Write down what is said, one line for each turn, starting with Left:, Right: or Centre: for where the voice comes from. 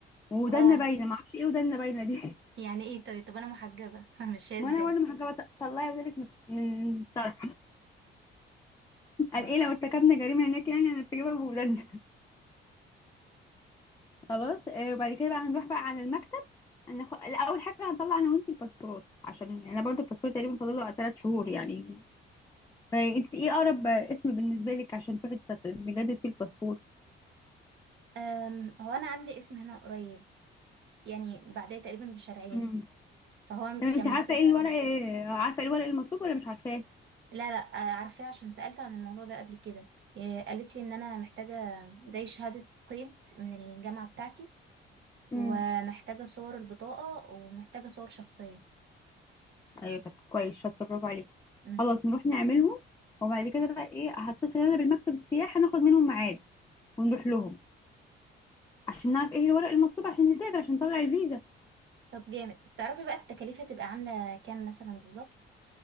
Left: ودنا
Right: اه
Left: باينة معرفش ايه ودنا باينة دي
Right: يعني ايه طيب طب انا محجبه <laughs> ماشيه
Left: ما
Right: ازاي
Left: انا برضه محجبه ط- طلعي ولادك من من طرف قال
Right: خلاص
Left: ايه لو ارتكبنا جريمه هناك يعني هنرتكبها بولادنا <laughs> خلاص آه، وبعد كده بقى هنروح بقى على المكتب هناخ... لا اول حاجه هنطلع انا وانتي الباسبورات عشان يعني انا برضه الباسبور تقريبا فاضل له ثلاث شهور يعني فانت ايه اقرب اسم بالنسبه لك عشان تروحي تت- نجدد فيه الباسبور
Right: أم، هو انا عندي اسم هنا قريب يعني بعديه تقريبا بشارعين
Left: امم
Right: فهو
Left: طب انت
Right: كمسافه
Left: عارفه ايه الورق آه، عارفه ايه الورق المطلوب ولا مش عارفاه
Right: لا لا آه، عارفاه عشان سالت عن الموضوع ده قبل كده آه، قالت لي ان انا محتاجه زي شهاده قيد من الجامعه بتاعتي
Left: امم
Right: ومحتاجة صور البطاقة ومحتاجة صور شخصية
Left: ايوه طب كويس شاطره برافو عليكي
Right: مم.
Left: خلاص نروح نعملهم وبعد كده بقى ايه هتصل انا بالمكتب السياحه ناخد منهم ميعاد ونروح لهم عشان نعرف ايه الورق المطلوب عشان نسافر عشان نطلع الفيزا
Right: طب جامد طب تعرفي بقى التكاليف هتبقى عاملة كام مثلا بالظبط